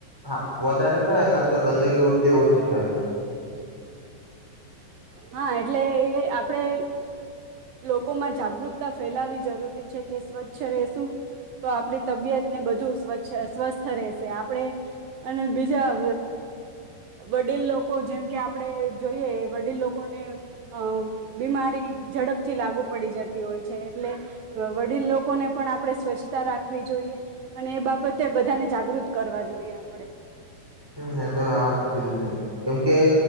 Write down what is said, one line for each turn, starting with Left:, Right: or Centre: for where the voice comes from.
Centre: હા વધારે થાય ને તો ગંદગી ઓટલી ઓછી થાય.
Right: હા એટલે એ આપણેે લોકોમાં જાગૃતતા ફેલાવી જરૂરી છે કે સ્વચ્છ રેશું તો આપણી તબિયત ને બધું સ્વછ સ્વસ્થ રહેશે આપણે અને બીજા વડીલ લોકો જેમ કે આપણે જોઈએ વડીલ લોકોને અ બીમારી ઝડપથી લાગુ પડી જતી હોય છે એટલે વડીલ લોકોને પણ આપણે સ્વચ્છતા રાખવી જોઈએ. અને એ બાબતે બધાને જાગૃત કરવા જોઈએ આપડે.
Centre: હમ તો હા ચુ કીધું તમે કેમકે